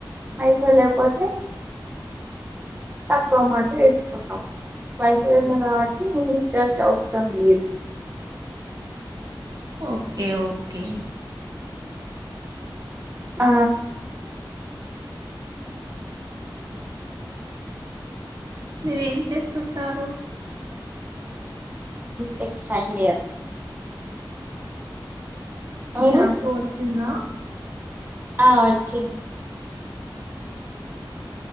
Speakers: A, on the right; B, on the right.
A: పైసల్ లేకపోతే తక్కువ అమౌంట్ వేసుకుంటాం వైఫైంది కాబట్టి రీచార్జ్ అవసరం లేదు
B: ఓకే ఓకే
A: ఆ
B: మీరు ఏం చేస్తుంటారు
A: టెక్ ఫైనలియర్ మీరు
B: జాపో వచ్చింద
A: ఆ వచ్చిన్